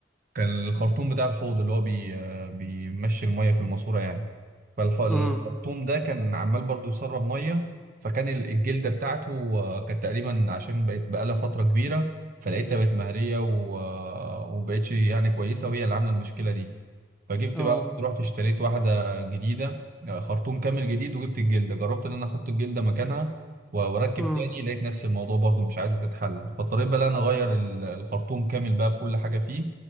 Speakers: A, on the right; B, in the centre.
A: كان الخرطوم بتاع الحوض اللي هو بي آه، بيمشي المية في الماسورة يعني فالخرطوم
B: مم.
A: ده كان عمال برضو يسرب مية فكان ال- الجلدة بتاعته آه، كانت تقريبا عشان بقت بقالها فترة كبيرة فلقيتها بقت مهرية و- آه، ومبقتش يعني كويسة وهي اللي عاملة المشكلة دي فجبت
B: اه
A: بقى رحت اشتريت واحدة جديدة خرطوم كامل جديد وجبت الجلدة جربت ان انا احط الجلدة مكانها و- واركب
B: مم.
A: تاني لقيت نفس الموضوع برضو مش عايزة تتحل فاضطريت بقى إن انا اغير ال- الخرطوم كامل بقى بكل حاجة فيه